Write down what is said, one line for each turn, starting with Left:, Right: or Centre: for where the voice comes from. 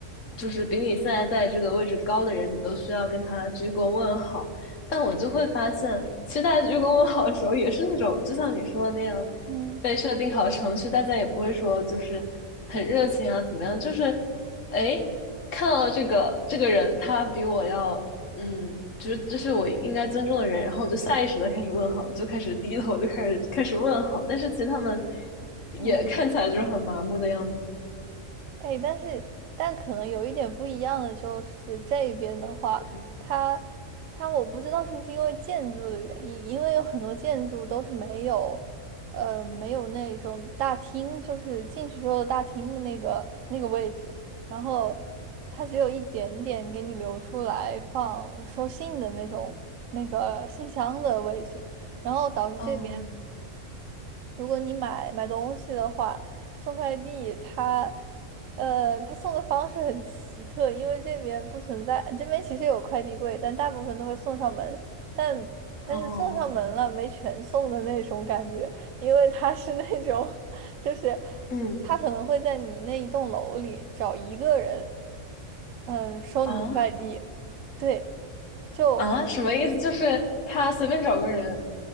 Left: 就是比你现在在这个位置高的人，你都需要跟他鞠躬问好。但我就会发现，其实大家鞠躬问好的时候，也是那种，就像你说的那样。
Right: 嗯。
Left: 被设定好程序，大家也不会说就是很热情啊，怎么样？就是哎，看到这个这个人，他比我要嗯，就是这是我应该尊重的人，然后我就下意识的开始问好，就开始低头，就开始开始问好。但是其实他们也看起来就是很麻木的样子。
Right: 嗯。哎，但是但可能有一点不一样的就是这边的话，
Left: 嗯，
Right: 它它我不知道是不是因为建筑的原因，因为有很多建筑都是没有，呃，没有那种大厅，就是进去之后的大厅的那个那个位置，然后它只有一点点给你留出来放收信的那种那个信箱的位置，然后导致这边。
Left: 哦
Right: 如果你买买东西的话，送快递他，呃，他送的方式很奇特，因为这边不存在，这边其实有快递柜，但大部分都会送上门，但但是送上门了没全送的那种感觉，
Left: 哦，
Right: 因为他是那种，<laughs> 就是
Left: 嗯
Right: 他可能会在你那一栋楼里找一个人，嗯，收你的快递，
Left: 啊
Right: 对，就。
Left: 啊，什么意思？就是他随便找个人，